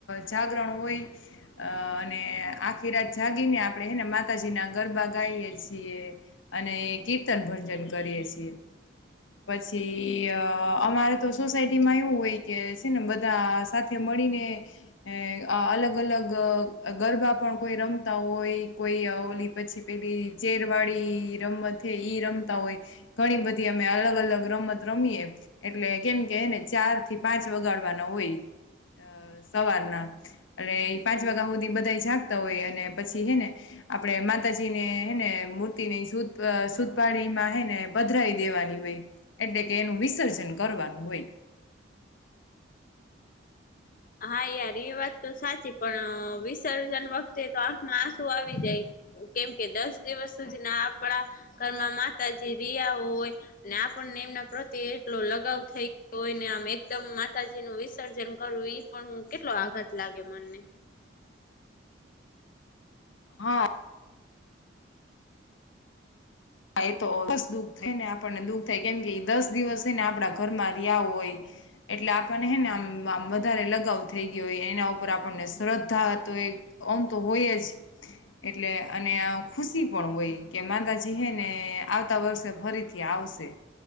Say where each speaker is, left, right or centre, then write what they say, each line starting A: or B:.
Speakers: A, on the left; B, on the left.
A: જાગરણ હોય અને આખી રાત જાગીને આપણેને માતાજી ના ગરબા ગાઈએ છીએ અને કીર્તન ભજન કરીએ છીએ. પછી અમારે તો સોસાયટીમાં એવું હોય કે છે ને બધા સાથે મળી મળીને અલગ અલગ ગરબા પણ કોઈ રમતા હોય કોઈ પછી પેલી ચેરવાડી રમત ઈ રમતા હોય ઘણી બધી અમે અલગ અલગ રમત રમીએે એટલે કેમ કે એને ચાર થી પાંચ વગાડવાના હોય. અ સવારના એણે એ પાંચ વાગ્યા હુંધી બધા જાગતા હોય અને પછી હે ને આપડે માતાજી ને હેને મૂર્તિ ની સુધ સુદપાડી માં હેને પાણીમાં પધરાવી દેવા ની હોય એટલે કે એનું વિસર્જન કરવાનું હોય
B: હા યાર એ વાત તો સાચી પણ વિસર્જન વખતે તો આંખમાં આંસુ આવી જાય કેમ કે દસ દિવસ સુધીના આપડા ઘરમાં માતાજી રિયા હોય ને પણને એમના પ્રત્યે એટલો લગાવ થઈ ગયો હોયને આમ એકદમ માતાજી નું વિસર્જન કરવું ઈ પણ કેટલો આઘાત લાગે મનને
A: હા હા એ તોસ દુઃખ થાય ને આપણને દુઃખ થાય કેમકે એ દસ દિવસ છે ને આપડા ઘરમાં રિયા હોય એટલે આપણને હેને આમ આમ વધારે લગાવ થઈ ગયો હોય એના ઉપર આપણને શ્રદ્ધા હતો એ અમ તો હોય જ એટલે અને ખુશી પણ હોય કે માતાજ દી હે ને આવતા વર્ષે ફરીથી આવશે